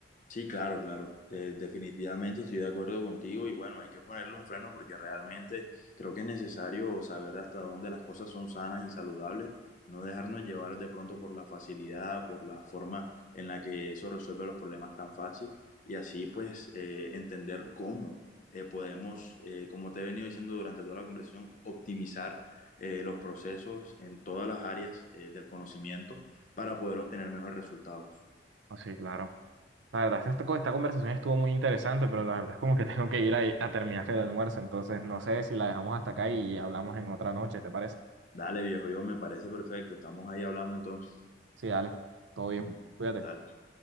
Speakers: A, on the left; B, on the right.
A: Sí, claro, claro. Eh, definitivamente estoy de acuerdo contigo y bueno, hay que ponerle un freno porque realmente creo que es necesario saber hasta dónde las cosas son sanas y saludables, no dejarnos llevar de pronto por la facilidad, por la forma en la que eso resuelve los problemas tan fácil y así pues eh, entender cómo eh, podemos, eh, como te he venido diciendo durante toda la conversación, optimizar eh, los procesos en todas las áreas eh, del conocimiento para poder obtener mejores resultados.
B: Así, claro. La verdad, esta, esta co- esta conversación estuvo muy interesante, pero la verdad es como que <laughs> tengo que ir a, a terminar el almuerzo, entonces no sé si la dejamos hasta acá y hablamos en otra noche, ¿te parece?
A: Dale, viejo, yo me parece perfecto. Estamos ahí hablando entonces.
B: Sí, dale, todo bien, cuídate.
A: Dale.